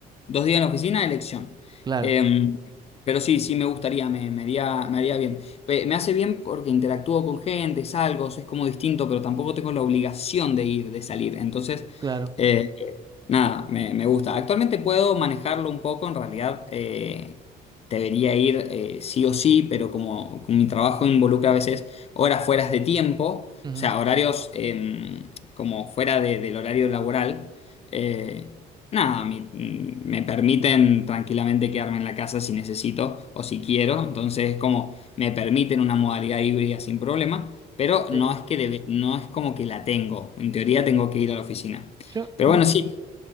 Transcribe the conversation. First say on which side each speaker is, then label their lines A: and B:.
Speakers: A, on the left; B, on the right.
A: Dos días en la oficina, a elección.
B: claro,
A: Eh, pero sí, sí me gustaría, me, me haría, me haría bien. Pe- Me hace bien porque interactúo con gente, salgo, es como distinto, pero tampoco tengo la obligación de ir, de salir. Entonces,
B: claro.
A: eh, Nada, me, me gusta. Actualmente puedo manejarlo un poco, en realidad eh, debería ir eh, sí o sí, pero como, como mi trabajo involucra a veces horas fuera de tiempo, o
B: Ujú.
A: sea, horarios eh, como fuera de- del horario laboral, eh, nada, mi- mm, me permiten tranquilamente quedarme en la casa si necesito o si quiero, entonces como me permiten una modalidad híbrida sin problema, pero
B: Sí.
A: no es que debe- no es como que la tengo, en teoría tengo que ir a la oficina.
B: Yo
A: Pero
B: no,
A: bueno, sí,